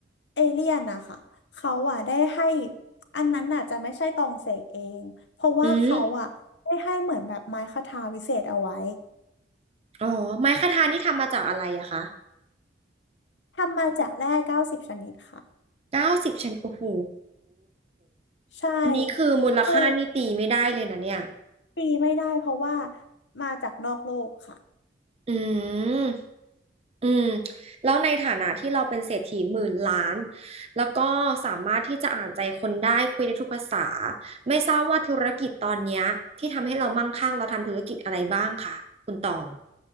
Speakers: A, on the left; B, on the right.
A: เอเลี่ยนนะคะเขาอ่ะได้ให้อันนั้นน่ะจะไม่ใช่ตองเสกเองเพราะว่าเขาอ่ะได้ให้เหมือนแบบไม้คทาวิเศษเอาไว้
B: อืมอ๋อไม้คทานี่ทำมาจากอะไรอะคะ
A: ทำมาจากแร่เก้าสิบชนิดค่ะ
B: เก้าสิบชนิดโอ้โห
A: ใช่
B: อันนี้คือมูลค่านี่ตีไม่ได้เลยนะเนี่ย
A: เออตีไม่ได้เพราะว่ามาจากนอกโลกค่ะ
B: อืมอืมแล้วในฐานะที่เราเป็นเศรษฐีหมื่นล้าน แล้วก็สามารถที่จะอ่านใจคนได้คุยได้ทุกภาษาไม่ทราบว่าธุรกิจตอนเนี้ยที่ทำให้เรามั่งคั่งเราทำธุรกิจอะไรบ้างคะคุณตอง